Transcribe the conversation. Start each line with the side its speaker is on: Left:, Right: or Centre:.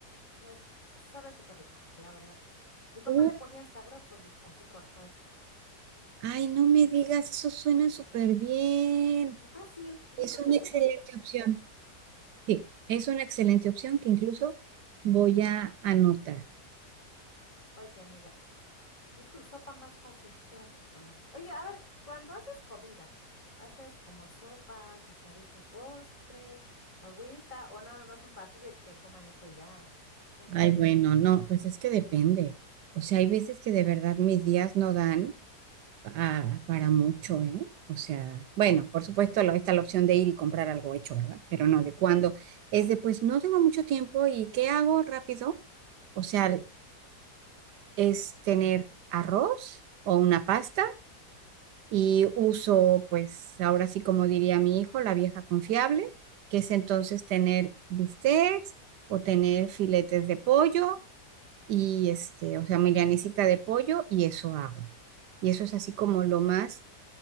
Left: Entonces, sabe súper rico, la verdad. Mi papá
Right: Uh,
Left: le ponía hasta brócoli, así cortado chiquito.
Right: ay, no me digas, eso suena súper bien.
Left: Y fácil, y
Right: Es
Left: yo creo
Right: una
Left: que eso
Right: excelente
Left: voy a hacer.
Right: opción. Sí, es una excelente opción que incluso voy a anotar.
Left: Oye, amiga, ¿y tu sopa más fácil qué haces cuando haces? Oye, a ver, cuando haces comida, ¿haces como sopa, guisadito y postre, agüita o nada más un platillo que coman eso y ya? ¿O ¿Cómo
Right: Ay,
Left: lo
Right: bueno,
Left: haces?
Right: no, pues es que depende. O sea, hay veces que de verdad mis días no dan ah, para mucho, ¿eh? O sea, bueno, por supuesto lo- está la opción de ir y comprar algo hecho, ¿verdad? Pero no, de cuando es de, pues no tengo mucho tiempo y ¿qué hago rápido? O sea, es tener arroz o una pasta y uso, pues ahora sí como diría mi hijo, la vieja confiable, que es entonces tener bistecs o tener filetes de pollo y este, o sea, milanesita de pollo y eso hago. Y eso es así como lo más